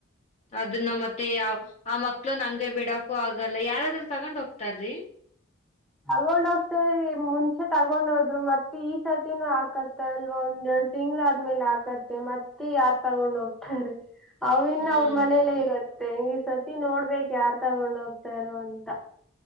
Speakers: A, on the left (about 30°); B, in the centre.
A: ಅದನ್ನು ಮತ್ತೆ ಯಾವ ಆ ಮಕ್ಳು ಹಂಗೆ ಬಿಡಕೂ ಆಗಲ್ಲ ಯಾರಾದ್ ತಗೊಂಡ್ ಹೋಗ್ತಾರ್ರಿ
B: ತಗೊಂಡ್ ಹೋಗ್ತಾರ ಮುಂಚೆ ತಗೊಂಡ್ ಹೋದ್ರು ಮತ್ತೆ ಈ ಸರ್ತಿನೂ ಆಕತ್ತ ಅಲ್ವಾ ಒಂದೆರಡು ತಿಂಗ್ಳ ಆದ್ಮೇಲೆ ಆಕತ್ತ ಮತ್ತೆ ಯಾರ್ ತಗೊಂಡ ಹೋಗ್ತಾರ ಅವ ಇನ್ನ
A: ಹ್ಮ್
B: ಅವ್ರ ಮನೇಲ್ಲೇ ಇರೋದು ಮೆ ಈ ಸತಿ ನೋಡ್ಬೇಕೇಕ್ ಯಾರ್ ತಗೊಂಡ ಹೋಗ್ತಾರೋ ಅಂತ